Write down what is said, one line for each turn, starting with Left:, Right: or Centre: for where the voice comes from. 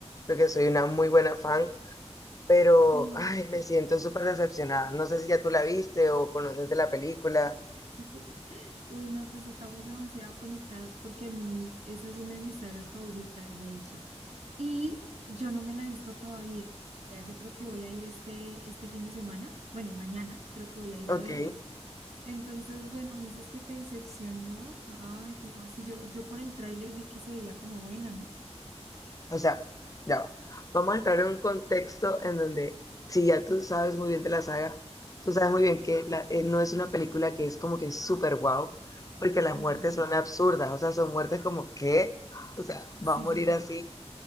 Left: porque soy una muy buena fan, pero,
Right: Sí.
Left: ay, me siento súper decepcionada. No sé si ya tú la viste o conoces de la película.
Right: <laughs> Uy, no, pues estamos demasiado conectadas porque a mí esa es una de mis sagas favoritas, de hecho. Y yo no me la he visto todavía. Yo creo que voy a ir este, este fin de semana. Bueno, mañana creo que voy a ir
Left: Ok.
Right: a verla. Entonces, bueno, me dices que te decepcionó. Ay, como así? Yo, yo por el tráiler vi que se veía como buena, ¿no?
Left: O sea, ya va. Vamos a entrar en un contexto en donde, si ya tú sabes muy bien de la saga, tú sabes muy bien que la- eh, no es una película que es como que súper guau, porque las
Right: Ajá.
Left: muertes son absurdas, o sea, son muertes como que, o sea,
Right: Sí,
Left: va a morir
Right: sí, sí.
Left: así,